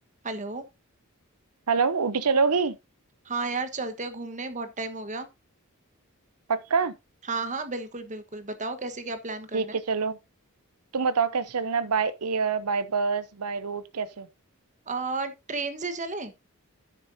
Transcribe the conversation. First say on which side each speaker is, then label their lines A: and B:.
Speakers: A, on the right; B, on the right.
A: हेलो
B: Hello Ooty चलोगी
A: हाँ यार चलते हैं घूमने बहुत टाइम हो गया
B: पक्का
A: हाँ हाँ बिल्कुल बिल्कुल बताओ कैसे क्या प्लान करना
B: ठीक
A: है
B: है चलो तुम बताओ कैसे चलना है by air by bus by road कैसे
A: आ, ट्रेन से चले